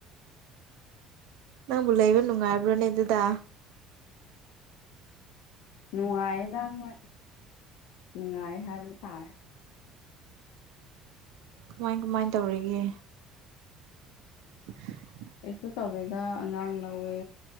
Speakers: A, on the right (about 85°); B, on the left (about 80°).
A: ꯅꯪꯕꯨ ꯂꯩꯕ ꯅꯨꯡꯉꯥꯏꯕ꯭ꯔꯣꯅꯦ ꯑꯗꯨꯗꯥ
B: ꯅꯨꯡꯉꯥꯏꯌꯦꯗ ꯍꯣꯏ ꯅꯨꯡꯉꯥꯏ ꯍꯥꯏꯕ ꯇꯥꯔꯦ
A: ꯀꯃꯥꯏ ꯀꯃꯥꯏꯅ ꯇꯧꯔꯤꯒꯦ <inaudible>
B: ꯀꯩꯁꯨ ꯇꯧꯋꯦꯗ ꯑꯉꯥꯡ ꯂꯧꯋꯦ